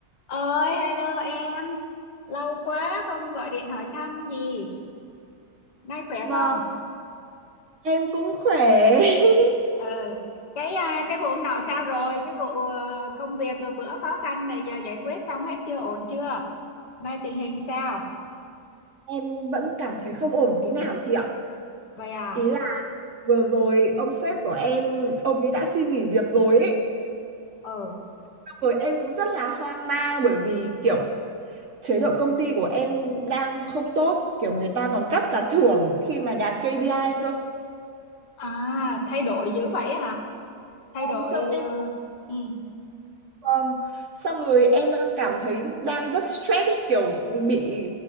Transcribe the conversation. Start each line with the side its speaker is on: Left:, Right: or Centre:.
Left: ơi hello em lâu quá không gọi điện hỏi thăm gì nay khỏe
Right: Vâng,
Left: không
Right: em cũng khỏe. <laughs>
Left: ờ cái à, cái vụ hôm nọ sao rồi cái vụ ờ, công việc ờ, bữa khó khăn này giờ giải quyết xong hết chưa ổn chưa nay tình hình sao
Right: Em vẫn cảm thấy không ổn tí nào chị ạ.
Left: vậy à
Right: Ý là vừa rồi ông sếp của em, ông ấy đã xin nghỉ việc rồi ấy.
Left: ờ
Right: Xong Rồi em cũng rất là hoang mang bởi vì kiểu chế độ công ty của em đang không tốt. Kiểu người ta còn cắt cả thưởng khi mà đạt KPI cơ.
Left: à thay đổi dữ vậy hả thay
Right: Ờ,
Left: đổi
Right: Xong em
Left: ờ, ừ
Right: Vâng. Xong rồi em đang cảm thấy đang rất stress ấy, kiểu bị